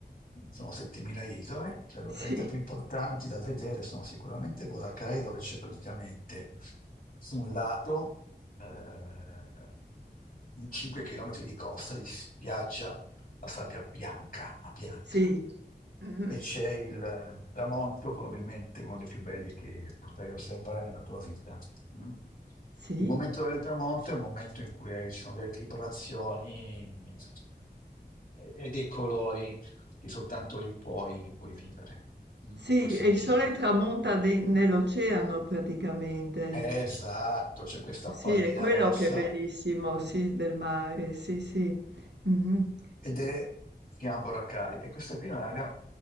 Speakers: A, on the left (about 60°); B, on the right (about 85°).
A: sono 7.000 isole, le località
B: Sì.
A: più importanti da vedere sono sicuramente Boracay, dove c'è praticamente su un lato eh, 5 km di costa di spiaggia, la sabbia bianca, ma bianca.
B: Sì. Mh-mh.
A: E c'è il eh, tramonto, probabilmente uno dei più belli che potrai osservare nella tua vita. mm?
B: Sì?
A: Il momento del tramonto è un momento in cui eh, ci sono delle vibrazioni e e dei colori che soltanto lì puoi, puoi vivere mm,
B: Sì,
A: e puoi sentire.
B: e il sole tramonta de nell'oceano praticamente.
A: Esatto, c'è questa pallina
B: Sì, è quello
A: rossa
B: che è bellissimo, sì, del mare, sì, sì. Mh-mh.
A: ed è si chiama Boracay e questa qui è un'area-